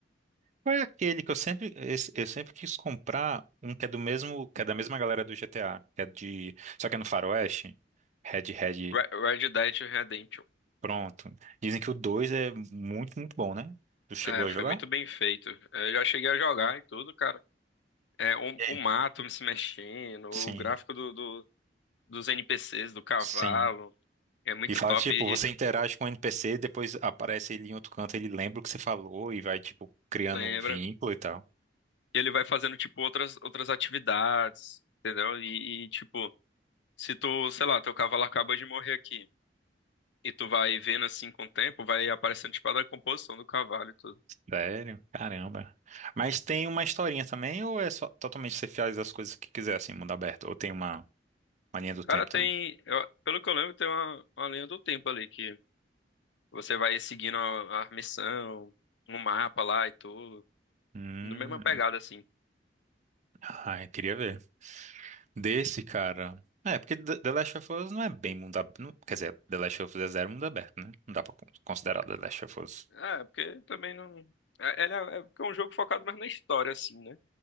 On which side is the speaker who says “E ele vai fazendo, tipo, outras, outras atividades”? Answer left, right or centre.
Left